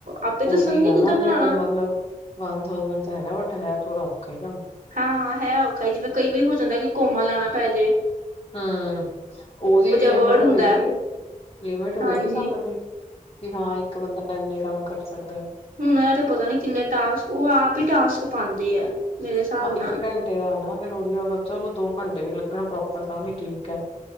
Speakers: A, on the right; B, on the left.
A: ਆਪੇ ਦੱਸਣਗੇ
B: ਉਹੀ ਆ
A: ਜਿੱਦਾਂ
B: ਨਾ
A: ਕਰਾਉਣਾ
B: ਫੇਰ ਮਤਲਬ, ਵਨ ਥਾਂਉਸਡ ਹੈਗਾ ਬਟ ਹੈ ਥੋੜਾ ਔਖਾ ਹੀ ਕੰਮ
A: ਹਾਂ ਹੈ ਔਖਾ ਜਿਵੇਂ ਕਈ ਵਾਰੀ ਹੋ ਜਾਂਦਾ ਕਿ ਕੋਮਾ ਲਾਉਣਾ ਪੈ ਜੇ
B: ਹਮ, ਉਹਦੀ ਵੀ ਲਿਮਿਟ
A: ਵਰਡ
B: ਹੋਏਗੀ।
A: ਹੁੰਦਾ
B: ਲਿਮਿਟ ਹੋਏਗੀ
A: ਹਾਂਜੀ
B: ਕੰਮ ਦੀ, ਕਿ ਹਾਂ ਇੱਕ ਬੰਦਾ ਇੰਨੇ ਕੰਮ ਕਰ ਸਕਦਾ।
A: ਹੁਣ ਇਹ ਤੇ ਪਤਾ ਨੀ ਕਿੰਨੇ ਟਾਸਕ, ਉਹ ਆਪ ਹੀ ਟਾਸਕ ਪਾਉਂਦੇ ਆ। ਮੇਰੇ ਹਿਸਾਬ
B: ਹਾਂ ਇੱਕ
A: ਨਾਲ
B: ਘੰਟੇ ਦਾ ਹੈ ਨਾ ਫਿਰ ਉਹੀ ਅਗਰ ਚਲੋ ਦੋ ਘੰਟੇ ਵੀ ਲੱਗਣ ਪ੍ਰੋਪਰ ਤਾਂ ਵੀ ਠੀਕ ਹੈ।